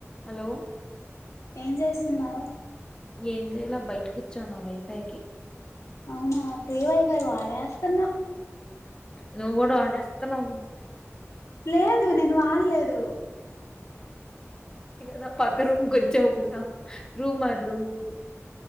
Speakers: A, on the left; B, on the left.
A: hello
B: ఏం చేస్తున్నావు
A: ఏం చేయాలా బై కూర్చోనా వైఫైకి
B: అవునా ఫ్రీ వై ఫై వాడేస్తున్నాం
A: నువ్ కూడా వాడేస్తున్నావ్
B: లేదు నేను వాడలేదు
A: దా పక్క రూం కొచ్చావ్ కదా రూమ్ మార్ రూమ్కి